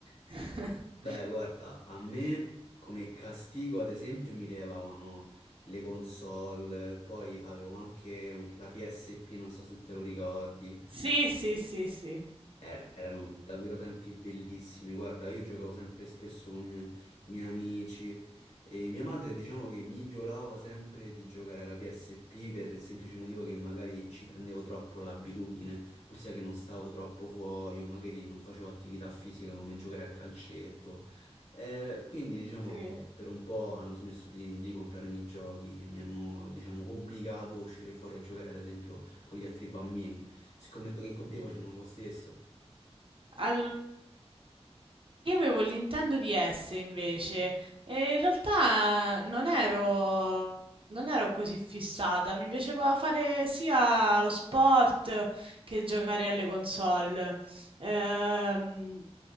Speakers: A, on the right; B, on the left.
A: <laughs>
B: Beh, guarda, a me come castigo, ad esempio, mi levavano le console, poi avevo anche un- la PSP, non so se te lo ricordi.
A: Sì, sì, sì, sì.
B: Eh, erano davvero tempi bellissimi. Guarda, io giocavo sempre e spesso con i miei amici e mia madre, diciamo che mi violava sempre di giocare alla PSP per il semplice motivo che magari ci prendevo troppo l'abitudine, ossia che non stavo troppo fuori o magari non facevo attività fisica come giocare a calcetto. Eh, quindi diciamo
A: Sì.
B: che per un po' hanno smesso di, di comprarmi i giochi e mi hanno, diciamo, obbligato a uscire fuori a giocare, ad esempio, con gli altri bambini. Scommetto che con
A: Mhm.
B: te facevano lo stesso.
A: Allora Io avevo il Nintendo DS invece e in realtà non ero, non ero così fissata, mi piaceva fare sia lo sport che giocare alle console. Ehm,